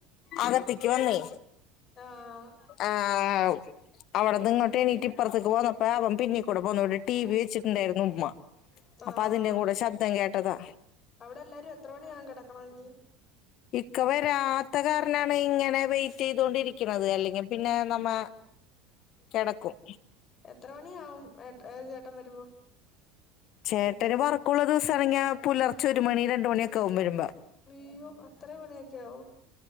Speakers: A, on the left; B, on the left.
A: അകത്തിക്ക് വന്നേ
B: ആഹ്.
A: ആഹ്. അവടന്ന് ഇങ്ങോട്ട് എണീറ്റ് ഇപ്പർത്ത്ക്ക് പോന്നപ്പം അവൻ പിന്നീകൂടെ പോന്നോണ്ട് ടി വി വെച്ച്ണ്ട് ടായ്രുന്നു ഉമ്മ.
B: ആഹ്
A: അപ്പ അതിന്റെ കൂടെ ശബ്ദം കേട്ടതാ.
B: അവിടെ എല്ലാരും എത്ര മണിയാവും കെടക്കണമെങ്കി?
A: ഇക്ക വരാത്ത കാര്ണാണ് ഇങ്ങനെ വൈ റ്റൈതൊണ്ടിരിക്ക്ണത് അല്ലെങ്കി പിന്നെ നമ്മെ കെടക്കും.
B: എത്ര മണിയാവുംഏ ഏ ചേട്ടൻ വരുമ്പോ?
A: ചേട്ടന് വർക്കുള്ള ദിവസാണങ്കി പുലർച്ചെ ഒരു മണി രണ്ട് മണിയൊക്കെ ആവും വരുംമ്പ.
B: അയ്യോ അത്ര മണിയൊക്കെ ആവോ?